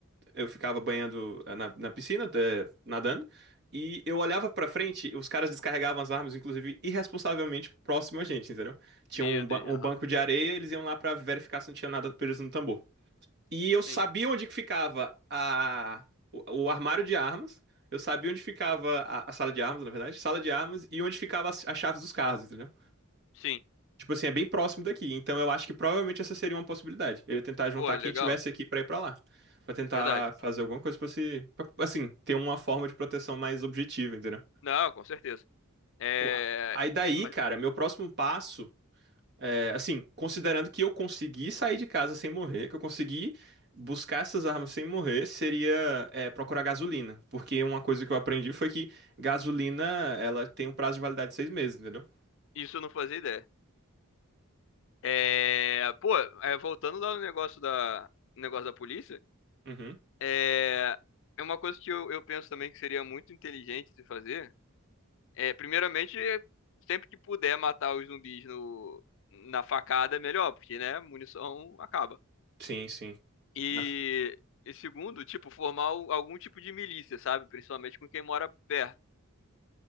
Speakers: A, on the right; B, on the left.
A: eu ficava banhando eh, na, na piscina, eh, nadando, e eu olhava pra frente, os caras descarregavam as armas, inclusive irresponsavelmente próximo a gente, entendeu? Tinha
B: Meu
A: um, ba-
B: Deus,
A: um
B: aham.
A: banco de areia, eles iam lá pra verificar se não tinha nada preso no tambor. E eu sabia
B: Sim,
A: onde que ficava a, o, o armário de armas. Eu sabia onde ficava a, a sala de armas, na verdade. Sala de armas e onde ficava as, as chaves dos carros, entendeu?
B: sim.
A: Tipo assim, é bem próximo daqui. Então eu acho que provavelmente essa seria uma possibilidade. Eu ia tentar juntar
B: Pô,
A: quem
B: legal.
A: tivesse aqui pra ir pra lá. Pra tentar
B: Verdade.
A: fazer alguma coisa pra se. pra, assim, ter uma forma de proteção mais objetiva, entendeu?
B: Não, com certeza. É,
A: Pô, Aí daí,
B: mas
A: cara, meu próximo passo. É, Assim, considerando que eu consegui sair de casa sem morrer, que eu consegui buscar essas armas sem morrer, seria é, procurar gasolina. Porque uma coisa que eu aprendi foi que gasolina, ela tem um prazo de validade de seis meses, entendeu?
B: isso eu não fazia ideia. É, pô, é, voltando lá no negócio da, negócio da polícia,
A: Uhum.
B: é, é uma coisa que eu, eu penso também que seria muito inteligente de fazer. É, primeiramente, é, sempre que puder matar os zumbis no, na facada, é melhor, porque, né, munição acaba.
A: Sim, sim.
B: E,
A: Na f-
B: e segundo, tipo, formar o- algum tipo de milícia, sabe? Principalmente com quem mora perto.